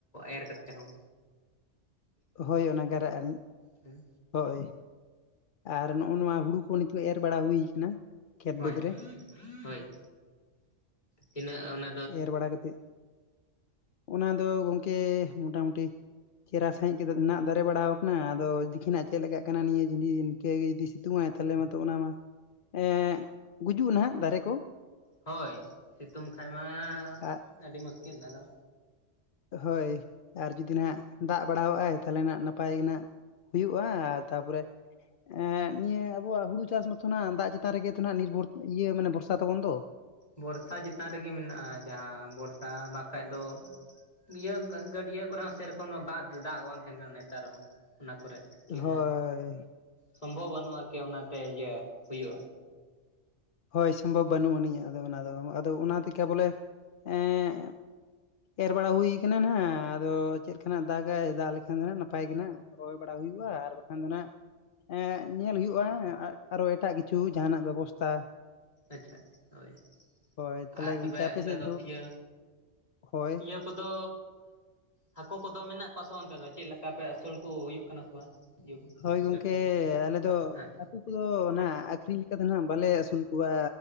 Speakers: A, on the left; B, on the left.
A: ᱮᱨ ᱠᱟᱛᱮ ᱦᱚᱸᱼᱼ
B: ᱦᱳᱭ ᱚᱱᱟ ᱜᱟᱨ ᱟᱜ ᱱᱤᱡᱼᱼ
A: ᱦᱮᱸ
B: ᱦᱳᱭ ᱟᱨ ᱱᱚᱜᱼᱚ ᱱᱚᱣᱟ ᱦᱩᱲᱩ ᱠᱚ ᱱᱤᱛᱳ ᱮᱨ ᱵᱟᱲᱟ ᱦᱩᱭ ᱠᱟᱱᱟ᱾ ᱠᱷᱮᱛ
A: ᱦᱳᱭ
B: ᱵᱟᱹᱫᱽ ᱨᱮ
A: ᱦᱳᱭ ᱛᱤᱱᱟᱹᱜ ᱚᱱᱟᱼᱼ
B: ᱮᱨ ᱵᱟᱲᱟ ᱠᱟᱛᱮᱫ ᱚᱱᱟ ᱫᱚ ᱜᱚᱢᱠᱮ ᱢᱚᱴᱟᱢᱩᱴᱤ ᱪᱮᱦᱨᱟ ᱥᱟᱟᱹᱦᱤᱡ ᱜᱮ ᱱᱟᱜ ᱫᱟᱨᱮ ᱪᱮᱨᱟ ᱥᱟᱦᱤᱡ ᱜᱮ ᱱᱟᱜ ᱫᱟᱨᱮ ᱵᱟᱲᱟᱣ ᱟᱠᱟᱱᱟ ᱟᱫᱚ ᱫᱤᱠᱤᱱᱟᱜ ᱪᱮᱫ ᱮ ᱠᱟᱱᱟ ᱱᱤᱭᱟᱹ ᱡᱩᱫᱤ ᱤᱱᱠᱟᱹᱜ ᱜᱮ ᱡᱩᱫᱤ ᱥᱤᱛᱩᱝ ᱟᱭ᱾ ᱛᱟᱦᱚᱞᱮ ᱢᱟᱛᱚ ᱚᱱᱟ ᱢᱟ ᱮᱸᱜᱩᱡᱩᱜ-ᱟ ᱱᱟᱜ ᱫᱟᱨᱮ ᱠᱚᱼᱼ
A: ᱦᱳᱭ ᱥᱤᱸᱛᱩᱝ ᱠᱷᱟᱡ ᱢᱟ
B: ᱟᱨ
A: ᱟᱹᱰᱤ ᱢᱩᱥᱠᱤᱞ ᱟᱫᱚᱼᱼ
B: ᱦᱳᱭ ᱟᱨ ᱡᱩᱫᱤ ᱱᱟᱦᱟᱜᱼᱼ ᱫᱟᱜ ᱵᱟᱲᱟᱣᱟᱜᱼᱟᱭ ᱛᱟᱦᱚᱞᱮ ᱱᱟᱜ ᱱᱟᱯᱟᱭ ᱜᱮ ᱱᱟᱜ ᱦᱩᱭᱩᱜᱼᱟ ᱟᱨ ᱛᱟᱯᱚᱨᱮᱼᱼ ᱮ ᱱᱤᱭᱟᱹ ᱟᱵᱚᱣᱟᱜ ᱦᱩᱲᱩ ᱪᱟᱥ ᱢᱟᱛᱚ ᱮᱸ ᱱᱤᱭᱟᱹ ᱟᱵᱚᱣᱟᱜ ᱫᱟᱜ ᱪᱮᱛᱟᱱ ᱨᱮᱜᱮ ᱛᱚ ᱱᱟᱜ ᱱᱤᱨᱵᱷᱚᱨ ᱤᱭᱟᱹ ᱢᱟᱱᱮ ᱵᱷᱚᱨᱥᱟ ᱛᱟᱵᱚᱱ ᱫᱚᱼᱼ
A: ᱵᱚᱨᱥᱟ ᱪᱮᱛᱟᱱ ᱨᱮᱜᱮ ᱢᱮᱱᱟᱜᱼᱟ ᱡᱟᱦᱟᱸ ᱵᱚᱨᱥᱟ ᱵᱟᱠᱷᱟᱡ ᱫᱚᱼᱼ ᱱᱤᱭᱟᱹ ᱜᱟᱹᱰᱭᱟᱹ ᱠᱚᱨᱮ ᱦᱚᱸ ᱥᱮᱨᱚᱠᱚᱢ ᱫᱚ ᱵᱟ ᱫᱟᱜ ᱵᱟᱝ ᱛᱟᱦᱮᱱ ᱠᱟᱱᱟ ᱱᱮᱛᱟᱨ ᱦᱚᱸ ᱚᱱᱟ ᱠᱚᱨᱮᱼᱼ ᱠᱤ
B: ᱦᱳᱭ
A: ᱚᱱᱟ ᱥᱚᱢᱵᱷᱚᱵᱽ ᱵᱟᱹᱱᱩᱜᱼᱟ ᱠᱤ ᱚᱱᱟᱛᱮ ᱤᱭᱟᱹ ᱦᱩᱭᱩᱜᱼᱟ᱾
B: ᱦᱳᱭ ᱥᱚᱢᱵᱷᱚᱵᱽ ᱵᱟᱹᱱᱩᱜ ᱟᱹᱱᱤᱡ ᱟᱫᱚ ᱚᱱᱟ ᱫᱚ ᱟᱫᱚ ᱚᱱᱟ ᱛᱮᱠᱮ ᱵᱚᱞᱮ ᱮᱸᱻ ᱮᱨ ᱵᱟᱲᱟ ᱦᱩᱭ ᱠᱟᱱᱟ ᱱᱟᱜ ᱟᱫᱚ ᱪᱮᱫ ᱠᱟᱱᱟᱜ ᱫᱟᱜᱟᱭ ᱫᱟᱜ ᱞᱮᱠᱷᱟᱱ ᱫᱚ ᱱᱟᱜ ᱱᱟᱯᱟᱭ ᱜᱮ ᱱᱟᱜ ᱨᱚᱦᱚᱭ ᱵᱟᱲᱟ ᱦᱩᱭᱩᱜᱼᱟ ᱟᱨ ᱵᱟᱠᱷᱟᱱ ᱫᱚ ᱱᱟᱜ ᱮᱸ ᱧᱮᱞ ᱦᱩᱭᱩᱜᱼᱟ ᱟᱨᱚ ᱮᱴᱟᱜ ᱠᱤᱪᱷᱩ ᱡᱟᱦᱱᱟᱜ ᱵᱮᱵᱚᱥᱛᱟ
A: ᱟᱪᱪᱷᱟ ᱟᱪᱪᱷᱟ ᱦᱳᱭ
B: ᱦᱳᱭ ᱛᱟᱦᱚᱞᱮ
A: ᱟᱨ
B: ᱜᱚᱝᱠᱮ
A: ᱛᱚᱵᱮ
B: ᱟᱯᱮ
A: ᱚᱱᱛᱮ
B: ᱥᱮᱫ
A: ᱫᱚ ᱤᱭᱟᱹ
B: ᱦᱳᱭ
A: ᱤᱭᱟᱹ ᱠᱚᱫᱚ ᱦᱟᱹᱠᱩ ᱠᱚᱫᱚ ᱢᱮᱱᱟᱜ ᱠᱚᱣᱟ ᱥᱮ ᱵᱟ ᱚᱱᱛᱮ ᱫᱚ ᱪᱮᱫ ᱞᱮᱠᱟ ᱠᱟᱯᱮ ᱟᱹᱥᱩᱞᱠᱚ ᱦᱩᱭᱩᱜ ᱠᱟᱱᱟ ᱥᱮ ᱵᱟᱝ ᱡᱮ
B: ᱦᱳᱭ ᱜᱚᱝᱠᱮ
A: ᱞᱟᱹᱴᱩ
B: ᱟᱞᱮ ᱫᱚ
A: ᱦᱮᱸ
B: ᱦᱟᱹᱠᱩ ᱠᱚᱫᱚ ᱱᱟᱜ ᱟᱹᱠᱷᱨᱤᱧ ᱞᱮᱠᱟ ᱫᱚ ᱱᱟᱜ ᱵᱟᱞᱮ ᱟᱹᱥᱩᱞ ᱠᱚᱣᱟ